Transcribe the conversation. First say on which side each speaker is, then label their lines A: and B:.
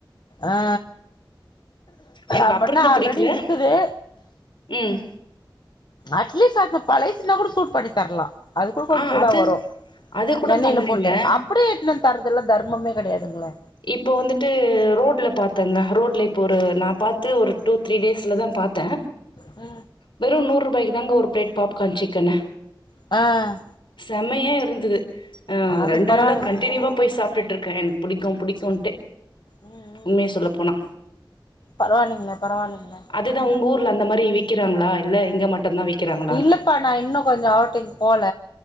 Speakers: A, on the left; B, on the left.
A: ஆ
B: எனக்கு
A: அப்புட்னா
B: அப்ப இருந்து
A: ஆல்ரெடி
B: புடிக்கல
A: இருக்குது
B: ம்
A: அட்லீஸ்ட் அந்த பழைசு இருந்தா கூட சூட் பண்ணி தர்லா அது கூட கொஞ்ச
B: ஆ
A: சூடா
B: அது
A: வரு
B: அது கூட
A: எண்ணெய்ல
B: பண்லைங்க
A: போட்டு அப் அப்டியே எட்துனுவந்து தர்றதுலா தர்மமே கெடையாதுங்ளே
B: இப்போ வந்துட்டு ரோட்ல பாத்தங்க ரோட்ல இப்போ ஒரு நா பாத்து ஒரு டூ த்ரீ டேஸ்லதா பாத்தே
A: அ
B: வெறு நூறுபாய்க்குதாங்க ஒரு பிளேட் பாப்கான் சிக்கனு
A: அ
B: செமையா இருந்தது அ
A: அது
B: ரெண்டு
A: பரவாயில்லைங்களே
B: நாளா கண்டினியூவா போய் சாப்டுட்ருக்க எனக் புடிக்கு புடிக்குன்ட்டு
A: ம் ம்
B: உண்மைய சொல்லப்போனா
A: ம் பரவாயில்லைங்களே பரவாயில்லைங்களே
B: அத் துதா
A: ம்
B: உங்க ஊர்ல அந்த மாரி விக்கிறாங்களா இல்ல இங்க மட் டுந்தா விக்கிறாங்க
A: இல்லப்பா நா இன்னுகொஞ்சோ அவ்ட்டிங் போல